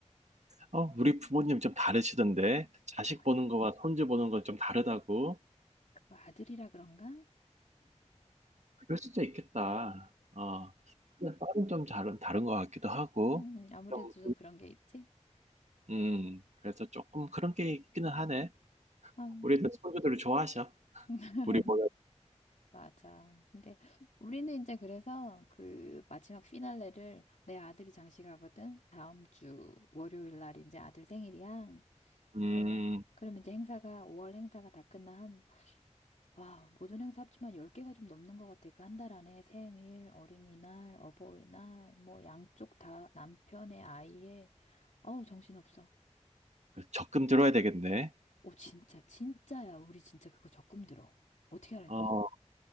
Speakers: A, on the right (about 75°); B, on the left (about 90°).
A: 어, 우리 부모님 좀 다르시던데? 자식
B: 아,
A: 보는 거와 손주 보는 건 좀 다르다고?
B: 그거 아들이라 그런가?
A: 그럴 수도 있겠다. 어, 딸은 좀 다른, 다른 것 같기도 하고.
B: 음, 아무래도
A: 좀,
B: 좀 그런 게 있지.
A: 음, 그래서 조금 그런 게 있기는 하네.
B: 음.
A: 우리도 손주들을 좋아하셔.
B: <laughs>
A: 우리보다,
B: 맞아. 근데 우리는 이제 그래서 그 마지막 피날레를 내 아들이 장식하거든. 다음 주 월요일 날 이제 아들 생일이야.
A: 음,
B: 그러면 그러면 이제 행사가 5월 행사가 다 끝나 와, 모든 행사 합치면 10개가 좀 넘는 것 같아. 그 한 달 안에 생일, 어린이날, 어버이날, 뭐 양쪽 다 남편의 아이의 어우, 정신없어.
A: 그 적금 들어야 되겠네.
B: 오, 진짜, 진짜야. 우리 진짜 그거 적금 들어. 어떻게 알았니?
A: 어.